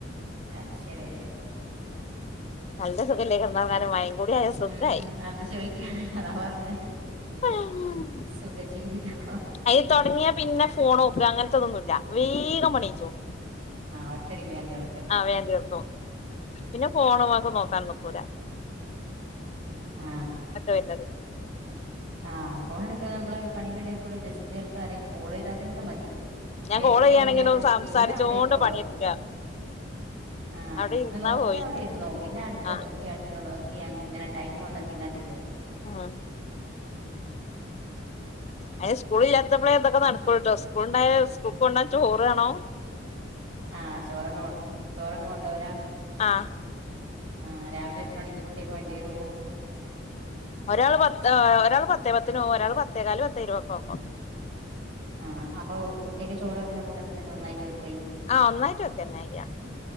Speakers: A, on the right; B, on the left.
A: അത് ശരി
B: നല്ല സുഖല്ലേ കിടന്നുറങ്ങാൻ മഴ മഴയും കൂടിയായ സുഖമായി
A: ഉം അത് ചോദിക്കാണ് അതാ പറഞ്ഞെ
B: ഹിഹി
A: സുഖജീവിതം
B: അത് തുടങ്ങിയ പിന്നെ ഫോൺ നോക്കൽ അങ്ങനത്തതൊന്നുമല്ല വേഗം പണികഴിച്ചും
A: ആഒറ്റടിക്ക് വേഗം തീർക്കും
B: ആ വേണ്ടീർക്കും പിന്നെ ഫോൺ ഒക്കെഒന്ന് നോക്കാൻ നീക്കൂല
A: ആ
B: വരുന്നത്
A: ആആ ഫോൺ എടുക്ക നമ്മള് പണിന്റിടെകൂടെ ജസ്റ്റ് ചിലപ്പോ ആരേല് കോള് യ്താ പിന്നെമതി
B: ഞാൻ
A: എടുത്ത്
B: കോൾ ചെയ്യാണെങ്കിലും
A: കഴിഞ്ഞാല്
B: സംസാരിച്ചോണ്ട്
A: പിന്നെ അവിടെ ഇരുന്നോളു
B: പണിയെടുക്കുക
A: ആ
B: അവിടെ
A: പിന്നെ
B: ഇരുന്നാ
A: നോക്കിയ
B: പോയി
A: അവിടെ ഇരുന്നോ പിന് അടുത്ത
B: ആ
A: നോക്കി അടുത്ത നോക്കി അങ്നെ ടൈമ് വന്ന്‌ പിന്നതില് <inaudible> വിടാം.
B: മ് അയിന് സ്കൂളില്ലാത്തപ്ളെ ഇതൊക്കെ നടക്കൂൾട്ടോ സ്കൂൾണ്ടായ സ് കൂൾക്ക് കൊണ്ടാവാൻ ചോറാണം
A: ആ ചോറൊക്കെ ചോറൊക്കെ കൊണ്ടോവലാ
B: ആ
A: ആ രാവിലെ എത്രണിക്ക് കുട്ടിയ്ക്ക് വണ്ടി വരൂ?
B: ഒരാള് പത് ആ ഒരാള് പത്തേ പത്തിനോകും ഒരാള് പത്തേക്കാല് പത്തേരുപക്കാവുമ്പോ.
A: ആ അപ്പൊ കുട്ടിയ്ക്ക് ചോറ് വെക്കുന്ന കൂട്ടത്തി തന്നെ ഒന്നായിട്ട് വെ യ്
B: ആ ഒന്നായിട്ട് വെക്കെന്നെയ്യാ